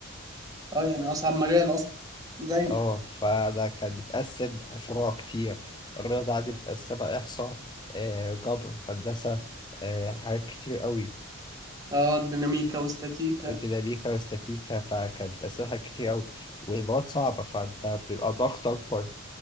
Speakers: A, on the right; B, on the left.
A: اه يعني اصعب مجال اصلا زي
B: اه فانا كان بيتقسم فروع كتير الرياضه عندي متقسمه احصاء إيه، جبر هندسه إيه، حاجات كتير قوي
A: اه ديناميكا واستاتيكا
B: ديناميكا واستاتيكا فكان بتقسمها كتير قوي والمواد صعبة فأنت بيبقى ضغط أكبر